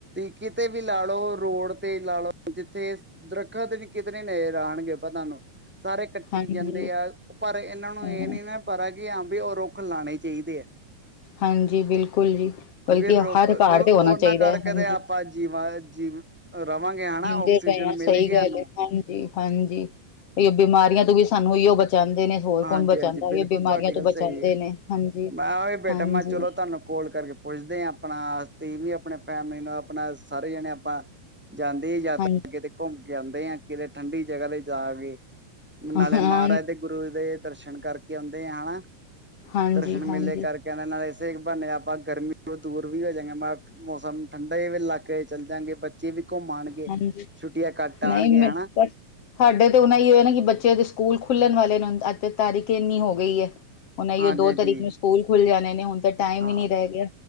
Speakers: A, in the centre; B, on the left.
A: ਕਿਤੇ ਵੀ ਲਾ ਲੋ ਰੋਡ ਤੇ ਲਾ ਲੋ ਜਿੱਥੇ ਦਰੱਖਤ ਵੀ ਕਿਦਰੇ ਨਜਰ ਆਉਣਗੇ ਅਆਪਾਂ ਤੁਹਾਨੂੰ ਸਾਰੇ ਕੱਟੀ
B: ਹਾਂਜੀ
A: ਜਾਂਦੇ ਆ, ਪਰ ਇਹਨਾਂ ਨੂੰ
B: ਹਮ
A: ਇਹ ਨੀ ਨਾ ਪਰਾ ਕਿ ਹਾਂ ਵਈ ਉਹ ਰੁੱਖ ਲਾਉਣੇ ਚਾਹੀਦੇ ਹੈ।
B: ਹਾਂਜੀ, ਬਿਲਕੁਲ ਜੀ,
A: ਕਿਉਂਕਿ
B: ਬਲਕਿ
A: ਰੁੱਖ
B: ਹਰ ਘਰ
A: ਉਹਨਾਂ
B: ਤੇ ਹੋਣਾ ਚਾਹੀਦਾ
A: ਕਰਕੇ
B: ਹੈ, ਹਾਂਜੀ।
A: ਤੇ ਆਪਾਂ ਜੀਵਾਂ ਜੀਵ ਰਵਾਂਗੇ ਹਨਾ
B: ਜ਼ੀਉਦੇ
A: ਆਕਸੀਜਨ
B: ਪਏ ਆ,
A: ਮਿਲੇਗੀ
B: ਸਹੀ
A: ਸਾਨੂੰ
B: ਗੱਲ ਏ। ਹਾਂਜੀ, ਹਾਂਜੀ, ਇਹੋ ਬਿਮਾਰੀਆਂ ਤੋਂ ਵੀ ਸਾਨੂੰ ਇਹੋ ਬਚਾਉਂਦੇ ਨੇ ਹੋਰ
A: ਹਾਂਜੀ,
B: ਕੌਣ ਬਚਾਉਂਦਾ
A: ਹਾਂਜੀ ਬਿਲਕੁਲ
B: ਇਹ ਬਿਮਾਰੀਆਂ
A: ਤੁਹਾਡੀ
B: ਤੋਂ
A: ਗੱਲ
B: ਬਚਾਉਂਦੇ
A: ਸਹੀ ਹੈ,
B: ਨੇ ਹਾਂਜੀ
A: ਮੈਂ ਓਹੀ ਬੇਟਾ
B: ਹਾਂਜੀ
A: ਮੈਂ ਚਲੋ ਤੁਹਾਨੂੰ ਕੋਲ ਕਰਕੇ ਪੁੱਛਦੇ ਹਾਂ ਆਪਣਾ ਤੇ ਵੀ ਆਪਣੇ ਫੈਮਲੀ ਨੂੰ ਆਪਣਾ ਸਾਰੇ ਜਾਣੇ ਆਪਾਂ ਜਾਂਦੇ ਆ ਯਾਤਰਾ
B: ਹਾਂਜੀ
A: ਕਿਤੇ ਘੁੰਮ ਕੇ ਆਉਂਦੇ ਆ ਕਿਤੇ ਠੰਡੀ ਜਗ੍ਹਾ ਤੇ ਜਾ ਕੇ ਨਾਲੇ
B: ਹਾਂ,
A: ਮਹਾਰਾਜ ਦੇ ਗੁਰੂ ਦੇ ਦਰਸ਼ਨ ਕਰਕੇ ਆਉਂਦੇ ਆ ਹਨਾ।
B: ਹਾਂਜੀ,
A: ਦਰਸ਼ਨ ਮੇਲੇ
B: ਹਾਂਜੀ,
A: ਕਰਕੇ ਇਹਨਾਂ ਨਾਲ ਇਸੇ ਬਹਾਨੇ ਆਪਾਂ ਗਰਮੀ ਤੋਂ ਦੂਰ ਵੀ ਹੋ ਜਾਵਾਂਗੇ ਮ ਮੌਸਮ ਠੰਡਾ ਇਲਾਕੇ ਚੱਲ ਜਾਵਾਂਗੇ ਬੱਚੇ ਵੀ ਘੁੰਮ ਆਉਣਗੇ ਗੇ
B: ਹਾਂਜੀ
A: ਛੁੱਟੀਆਂ ਕੱਟ ਆਉਣਗੇ
B: ਨਹੀਂ ਮੈਂ
A: ਹਨਾ।
B: ਪਰ ਸਾਡੇ ਤੇ ਉਹਨਾ ਹੀ ਨਾ ਕਿ ਬੱਚਿਆਂ ਦੇ ਸਕੂਲ ਖੁੱਲਣ ਵਾਲੇ ਨੇ ਅਜ ਤੇ ਤਾਰੀਖ ਇੰਨੀ ਹੋ ਗਈ ਹੈ। ਹੁਣ ਇਹੋ
A: ਹਾਂਜੀ
B: ਦੋ ਤਰੀਕ
A: ਜੀ
B: ਨੂੰ ਸਕੂਲ ਖੁੱਲ ਜਾਣੇ ਨੇ ਹੁਣ ਤਾਂ ਟਾਈਮ
A: ਹਾਂ
B: ਹੀ ਨਹੀਂ ਰਹਿ ਗਿਆ